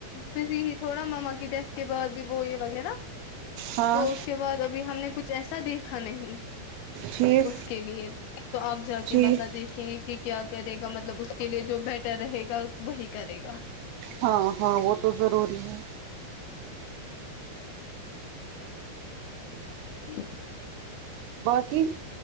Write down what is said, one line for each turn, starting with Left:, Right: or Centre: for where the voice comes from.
Left: بزی ہی تھوڑا ماما کی ڈیتھ اس کے بعد بھی وہ یہ وغیرہ
Right: ہاں
Left: تو اس کے بعد ابھی ہم نے کچھ ایسا دیکھا نہیں
Right: ٹھیک
Left: اس کے لیے تو آپ جا کے
Right: ٹھیک
Left: مطلب دیکھ ٹھیک ہی کیا کرے گا مطلب اس کے لیے جو بیٹر رہے گا وہی کرے گا
Right: ہاں ہاں وہ تو ضروری ہے
Left: جی
Right: باقی